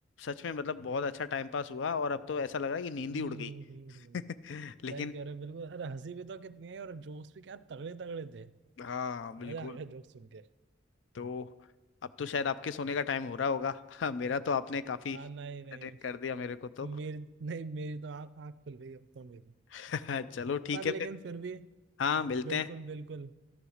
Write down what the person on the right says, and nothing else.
हम्म
हम्म हम्म, हम्म। हम्म।
सही कह रहे हो बिल्कुल अरे हंसी भी तो कितनी है और जोक्स भी क्या तगड़े तगड़े थे
मजा आ गया जोक्स सुन के
हाँ नहीं नहीं
मेरी नहीं मेरी तो आँख आँख खुल गई अब तो मेरी
पर
लेकिन
फिर भी
बिल्कुल
बिल्कुल